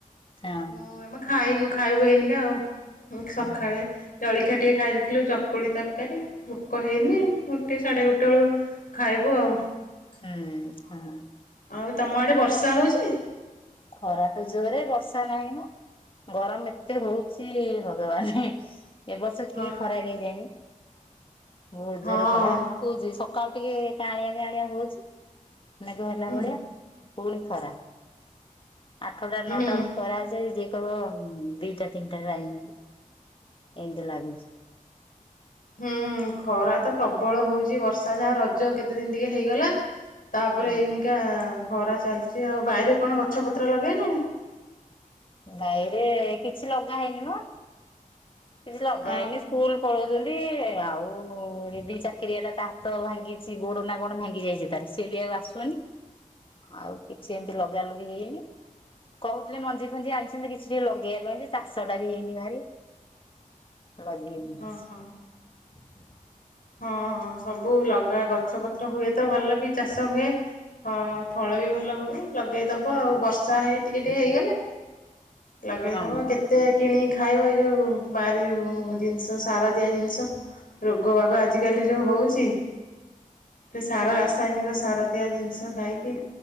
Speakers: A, on the left; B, on the left.
A: ହଁ
B: ମୁଁ ଖାଇନୁ ଖାଇବୁ ଏଇନିକା ଆଉ ସକାଳେ
A: ହଁ
B: ଜଳଖିଆ ଟିକେ ଖାଇ ଦେଇଥିଲୁ ଚ ଚକୁଳି ତରକାରୀ ଭୋକ ହେଇନି ଗୋଟେ ସାଢ଼େ ଗୋଟେ ବେଳୁ ଖାଇବୁ ଆଉ।
A: ହୁଁ ହଁ।
B: ଆଉ ତମ ଆଡ଼େ ବର୍ଷା ହଉଛି।
A: ଖରା ତ ଜୋରେ ବର୍ଷା ନାହିଁ ମ ଗରମ ଏତେ ହଉଛି। କୁହନି ଏ ବର୍ଷ
B: ହଁ
A: କି ଖରା କେଜାଣି । ବହୁତ୍
B: ହଁ
A: ଜୋରେ ଖରା <unintelligible> ସକାଳୁ ଟିକେ କାଁଳିଆ କାଁଳିଆ ହଉଚି। ମେଘ ହେଲା
B: ହୁଁ
A: ଭଳିଆ ପୁଣି ଖରା। ଆଠଟା ନଅଟା
B: ହୁଁ
A: ବେଳକୁ ଖରା ହେଇଯାଏ ଯିଏ କହିବ ଦିଟା ତିନିଟା ଟାଇମ୍। ଏମିତି ଲାଗୁଛି।
B: ହୁଁ ଖରା ତ ପ୍ରବଳ ହଉଛି ବର୍ଷା ଯାହା ରଜ କେତେ ଦିନ୍ ଟିକେ ହେଇଗଲା। ତାପରେ
A: ହୁଁ
B: ଏଇନିକା ଖରା ଚାଲିଛି ଆଉ ବାଇରେ କଣ ଗଛ ପତ୍ର ଲଗେଇଲେଣି।
A: ବାଇରେ କିଛି ଲଗା ହେଇନି ମ। କିଛି ଲଗା
B: ଆଉ
A: ହେଇନି ସ୍କୁଲ୍ ପଳଉଛନ୍ତି। ଆଉ ଏ ଚାକିରିଆ ଟା ତା ହାତ ଭାଙ୍ଗିଛି ଗୋଡ଼ ନା କଣ ଭାଙ୍ଗି ଯାଇଛି ତାର ସିଏ ବି ଆଉ ଆସୁ ଆଉ କିଛି ଏମିତି ଲଗା ଲଗି ହେଇନି। କହୁଥିଲେ ମଞ୍ଜି ଫଞ୍ଜି ଆଣିଛନ୍ତି କିଛି ଲଗେଇବା ପାଇଁ ଚାଷ ଟା ବି ହେଇନି ବାରି ଲଗେଇନୁ କିଛି।
B: ଓହୋ ହଁ ସବୁ ଲଗା ଗଛ ପତ୍ର ହୁଏ ତ ଭଲ ବି ଚାଷ ହୁଏ ହଁ। ଫଳ ବି ଭଲ ହୁଏ। ଲଗେଇଦବ ଆଉ ବର୍ଷା ହେଇ ଟିକେ ଟିକେ ହେଇଗଲେ ଲଗେଇଦବ
A: ହଁ।
B: କେତେ? କିଣିକି ଖାଇବ ଏଇ ଯୋଉ ବାରି ଜିନିଷ ସାର ଦିଆ ଜିନିଷ। ଆଜି
A: ହଁ
B: କାଲି ଯୋଉ ହଉଚି ସାର ରାସାୟନିକ ସାରଦିଆ ଜିନିଷ ଖାଇକି